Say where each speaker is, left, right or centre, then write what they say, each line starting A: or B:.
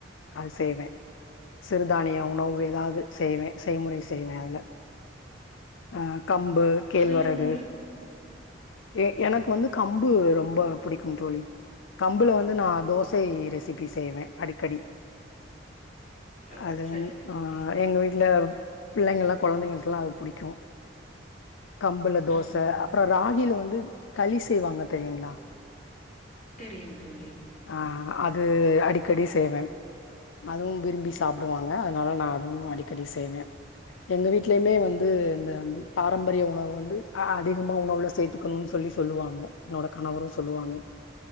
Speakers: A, on the left; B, on the left.
A: அது செய்வே சிறுதானிய உணவு ஏதாது செய்வே செய்முறை செய்வே அதுல ஆ கம்பு கேழ்வரகு
B: அதுல உங்களுக்கு
A: எ எனக்கு வந்து கம்பு ரொம்ப புடிக்கும் தோழி கம்புல வந்து நா தோசை ரெசிபி செய்வே அடிக்கடி
B: ஓ
A: அதுவு
B: சரிங்க
A: அ
B: தோழி
A: எங்க வீட்ல பிள்ளைங்கல்லா கொழந்தைங்களுக்ல்லா அது புடிக்கு கம்புல தோச
B: ம்
A: அப்பற ராகில வந்து களி செய்வாங்க தெரியுங்களா
B: தெரியும் தோழி
A: ஆ அது அடிக்கடி செய்வே அதுவும் விரும்பி சாப்டுவாங்க அதனால நா <inaudible> அடிக்கடி செய்வே எங்க வீட்லயுமே வந்து இந்த பாரம் பரிய உணவு வந்து அ அதிகமா உணவுல சேத்துக்கணுன் சொல்லி சொல்லுவாங்க என்னோட கணவரு சொல்லுவாங்